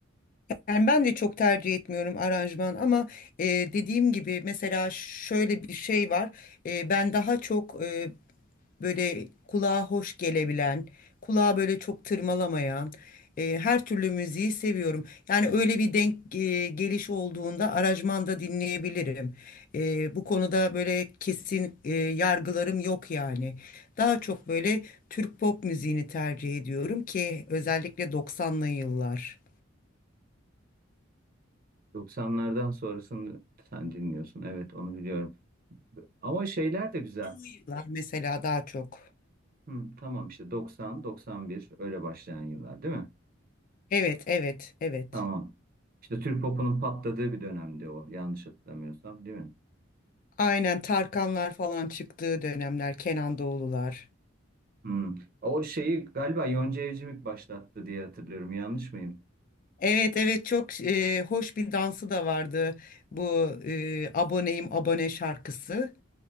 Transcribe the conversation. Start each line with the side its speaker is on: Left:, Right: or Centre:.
Left: Yani ben de çok tercih etmiyorum aranjman ama e, dediğim gibi mesela şöyle bir şey var. E, ben daha çok e, böyle kulağa hoş gelebilen, kulağa böyle çok tırmalamayan e, her türlü müziği seviyorum. Yani öyle bir denk e, geliş olduğunda aranjmanda dinleyebilirim. E, bu konuda böyle kesin e, yargılarım yok yani. Daha çok böyle Türk pop müziğini tercih ediyorum ki özellikle doksanlı yıllar.
Right: 90'lardan sonrasını sen dinliyorsun. Evet onu biliyorum. Ama şeyler de güzel.
Left: Tarkanlar mesela daha çok.
Right: Hı, tamam işte 90, 91 öyle başlayan yıllar değil mi?
Left: Evet, evet, evet.
Right: Tamam. İşte Türk popunun patladığı bir dönemdi o yanlış hatırlamıyorsam değil mi?
Left: Aynen Tarkanlar falan çıktığı dönemler, Kenan Doğulular.
Right: Hı. O şeyi galiba Yonca Evcimik başlattı diye hatırlıyorum yanlış mıyım?
Left: Evet, evet çok e, hoş bir dansı da vardı bu e, aboneyim abone şarkısı.